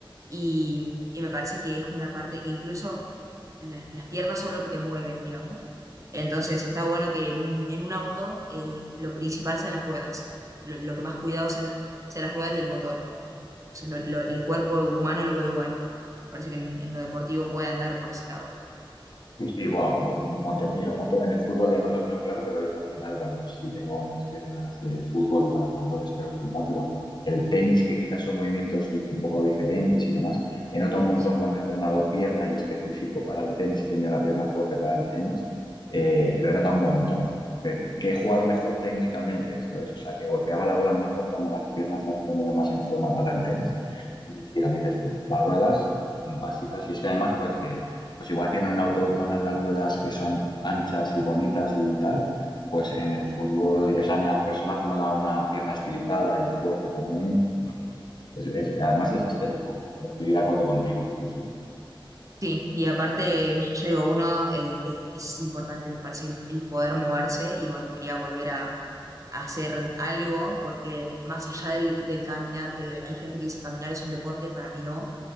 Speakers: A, on the right; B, on the left.
A: y, y me parece que es una parte que incluso la- las piernas son lo que te mueven, digamos. Entonces está bueno que en un, en un auto eh, lo principal sean las ruedas. Lo, lo que más cuidado sean, sean las ruedas y el motor, por ejemplo. Entonces lo- lo- el cuerpo humano lo veo igual. Me parece que en, en lo deportivo puede andar por ese lado.
B: Sí, sí, buah, bu- un montón. Y lo noto, en el fútbol lo noto, no, claro, pero al final, bueno, pues sí tengo las piernas de fútbol y para el fútbol estoy acostumbrado, pero el tenis, que quizás son movimientos dif- un poco diferentes y demás, he notado un montón
A: Sí.
B: cuando he entrenado pierna y específico para el tenis y he tenido la pierna fuerte para el tenis, eh, lo he notado un montón. Pero que he jugado mejor técnicamente, ¿sabes? O sea, que golpeaba la bola mejor cuando las piernas las he tenido más en forma para el tenis. Y sí, lo que dices tú, las ruedas básicas, y es que además, joder, que pues igual que en un auto molan las ruedas que son anchas y bonitas y tal, pues en el fútbol, o sea, en las personas mola una pierna estilizada y fuerte también. y es- es- además es estético. Estoy de acuerdo contigo. Sí, sí.
A: Sí, y aparte, yo digo, uno eh, eh, es importante, me parece, el, el poder moverse y bueno, quería volver a, a hacer algo porque más allá del, del caminar, que hay gente que dice caminar es un deporte, para mí no,